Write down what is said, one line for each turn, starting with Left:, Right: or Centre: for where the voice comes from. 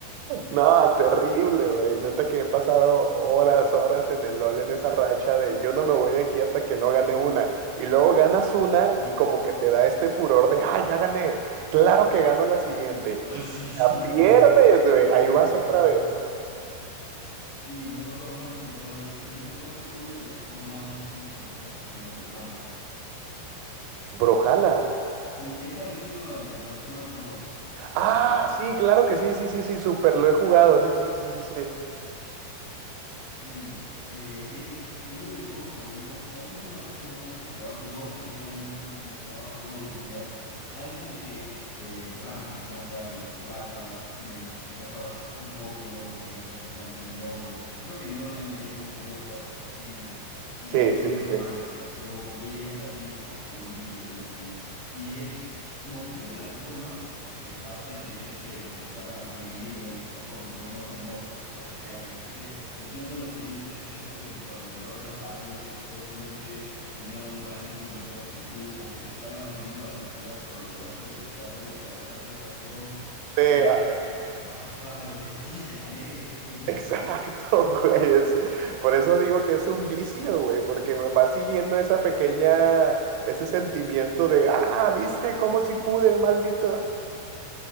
Right: No, terrible, güey. Neta que he pasado horas, horas en el LOL en esa racha de yo no me voy de aquí hasta que no gane una. Y luego ganas una y como que te da este furor de, ah, ya gané. Claro que gano la siguiente.
Left: Así
Right: Y si
Left: <laughs> sí
Right: la
Left: me
Right: pierdes,
Left: ha pasado,
Right: güey, ahí
Left: este
Right: vas
Left: sí
Right: otra
Left: me ha pasado.
Right: vez.
Left: Sí, me ha pasado más con el Valorant y también con otro juego de plataforma, no sé si lo conozcas, que se llama Brawlhalla.
Right: Brojala.
Left: Sí, es parecido al, al Smash Bros. de
Right: Ah,
Left: Mario.
Right: sí, claro que sí, sí, sí, sí, súper, lo he jugado, sí, sí, sí, sí, sí.
Left: Sí, eh, es de uno de mis juegos favoritos. Au- Últimamente no tanto, pero hace dos, tres años sí lo jugaba todos los días. Hay como que eh, rankings, ¿no? O sea, de plata, me- mejoras un poco, y luego te conviertes en ranking de oro. Creo que en LoL hay lo mismo, ¿no? Luego pasas a platino y
Right: Sí,
Left: el último
Right: sí, sí,
Left: es diamante.
Right: sí.
Left: ya. Yo, yo llegué a platino por todo el vicio que le metí. Y es como es de plataformas, se basa en que tienes que votar a tu enemigo de la plataforma, ¿no? Y no son bots, son personas reales. Así que Entiendo lo que dices, eso de que cuando derrotas a alguien que supuestamente tenía un ranking mejor que tú o que te estaba ganando la partida, pero lograste voltearlo y te da una sensación
Right: Sí,
Left: de,
Right: ah,
Left: de, ajá, de que sí, te gané, es buenísimo.
Right: <laughs> exacto, güey. es- por eso digo que es un vicio, güey, porque me va siguiendo esa pequeña, ese sentimiento de, ah, viste, cómo si pude, maldito.